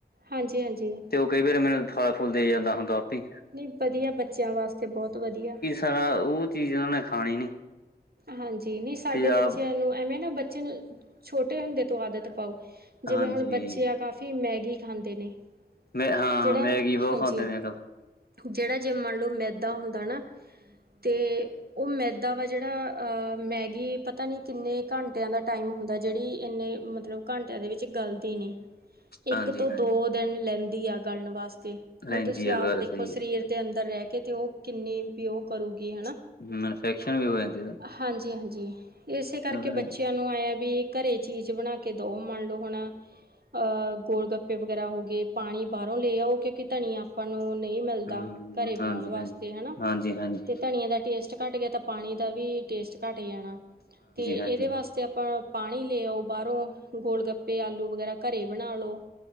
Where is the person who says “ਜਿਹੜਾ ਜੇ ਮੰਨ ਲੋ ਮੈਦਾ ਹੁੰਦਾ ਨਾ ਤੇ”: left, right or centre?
Right